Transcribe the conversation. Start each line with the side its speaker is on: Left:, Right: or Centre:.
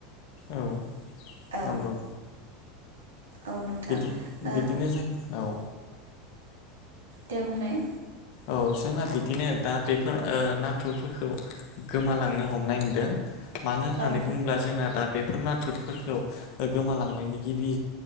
Left: औ
Right: औ
Left: नंगौ।
Right: औ नोंथां
Left: बिदि
Right: ओ
Left: बिदिनो जों औ
Right: देवनाय
Left: औ जोंना बिदिनो दा बेफोर अ नाथुरफोरखौ गोमालांनो हमनाय नुदों मानो होननानै
Right: औ
Left: बुङोब्ला जोंना दा बेफोर नाथुरफोरखौ गोमालांनायनि गिबि